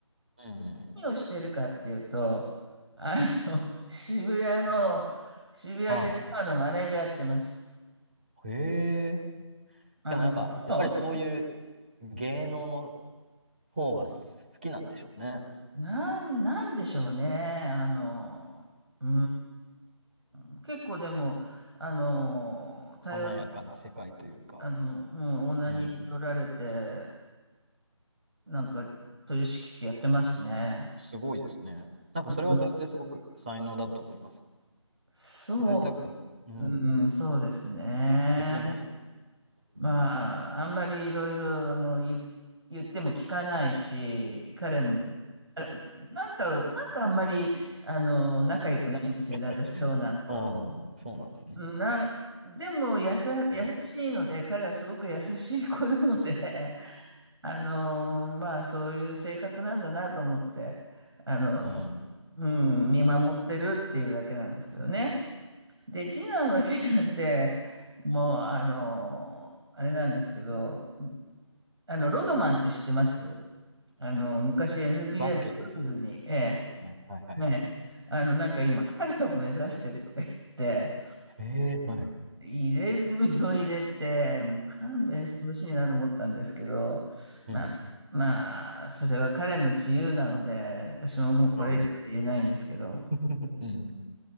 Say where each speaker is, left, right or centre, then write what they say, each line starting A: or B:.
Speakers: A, on the right; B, on the right.
A: うん。
B: 何をしてるかっていうと、あの、<laughs> 渋谷の、渋谷でバーのマネージャーやってます。
A: はい。へえ。
B: あの、
A: でもなんか、
B: <laughs>
A: やっぱりそういう芸能の方が好きなんでしょうね。
B: なん、なんでしょうね。あの、うーん、結構でも、あの、頼る、
A: 華やかな世界というか、
B: あの、うん、オーナーに頼られて、
A: うん、
B: なんか、
A: うん。
B: 取り仕切ってやってますね。
A: すごいですね。なんかそれはそれですごく才能だと思います。
B: うんそう、
A: やりたくても、うん、
B: うん、そうですね。
A: できない。
B: まあ、
A: うん。
B: あんまりいろいろあの言、言っても聞かないし、彼も、あれなんか、なんかあんまりあの仲良くないんですよね、
A: <laughs>
B: 私、長男と。
A: うん、そうなんですね。
B: うんな、でも優さ、優しいので、
A: でも、
B: 彼はすごく優しい子なので、<laughs> あの、まあ、そういう性格なんだなと思って、あの、
A: うん。はい。
B: うん、見守ってるっていうだけなんですけどね。で、次男は次男で、もう、あの、あれなんですけど、あの、ロドマンって知ってますあの、昔 NBA
A: バスケ、
B: のブルーズに、え
A: バスケですよね。はいはいはい。
B: え、ね、あの、なんか今彼を目指してるとか言って、
A: えー、はい。
B: 入れ墨を入れて、もう勘弁してほしいなと思ったんですけど、
A: うん。
B: まあ、まあ、それは彼の自由なので、私ももうこれ以上言えないんですけど、
A: はい。<laughs> うん。